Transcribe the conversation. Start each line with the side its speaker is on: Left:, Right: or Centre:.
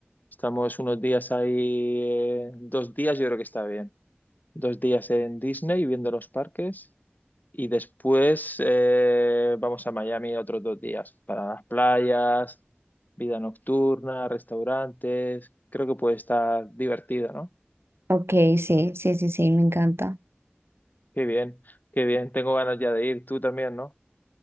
Left: Estamos unos días ahí, eh, dos días yo creo que está bien. Dos días en Disney viendo los parques. Y después eh, vamos a Miami otros dos días para las playas, vida nocturna, restaurantes. Creo que puede estar divertido, ¿no?
Right: Ok, sí, sí, sí, sí, me encanta.
Left: Qué bien, qué bien. Tengo ganas ya de ir. Tú también, ¿no?